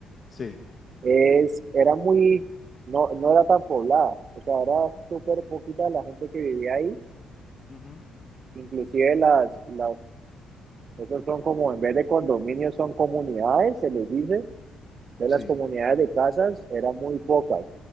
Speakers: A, on the left; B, on the right.
A: sí.
B: es, era muy, no, no era tan poblada. O sea, era súper poquita la gente que vivía ahí.
A: Ujú,
B: Inclusive las, las, esos son como, en vez de condominios, son comunidades, se les dice. De
A: Sí,
B: las comunidades de casas, eran muy pocas.